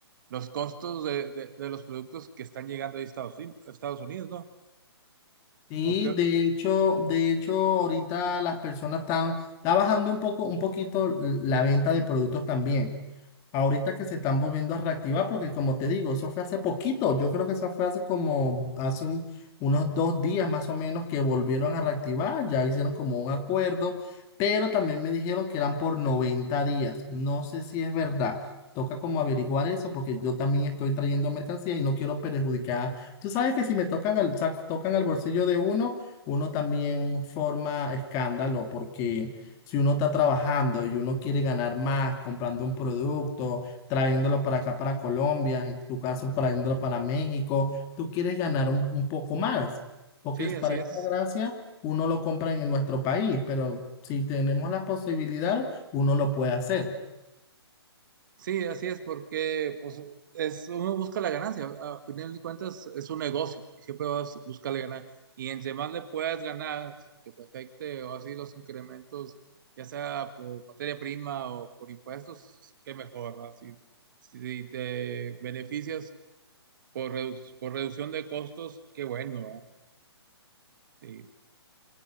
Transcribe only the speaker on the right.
los costos de, de- de los productos que están llegando ahí a Estados, Uni- a Estados Unidos, ¿no?
¿O qué?
Sí,
así
es.
Sí, así es, porque pues, es, uno busca la ganancia. A final de cuentas, es un negocio y siempre vas a buscarle ganar. Y entre más le puedas ganar, sin que te afecte o así los incrementos, ya sea por materia prima o por impuestos, qué mejor, ¿verdad? Si, si te beneficias por, redu- por reducción de costos, qué bueno, ¿verdad? Sí,